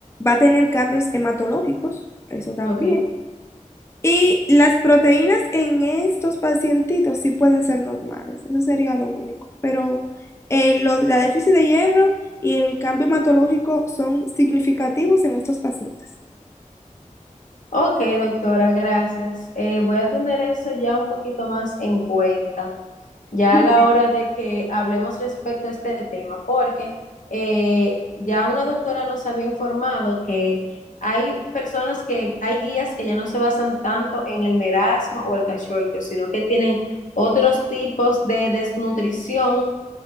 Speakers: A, on the left (about 20°); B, on the left (about 75°).
A: va a tener cambios hematológicos, eso también.
B: Ok,
A: Y las proteínas en estos pacientitos sí pueden ser normales, eso sería lo único. Pero eh, lo- la déficit de hierro y el cambio hematológico son significativos en estos pacientes.
B: ok, doctora, gracias. Eh, voy a tener eso ya un poquito más en cuenta. ya
A: Yo
B: a la
A: te-
B: hora de que hablemos respecto a este tema, porque eh, ya una doctora nos había informado que hay personas que, hay guías que ya no se basan tanto en el merasmo o el cachorro, sino que tienen otros tipos de desnutrición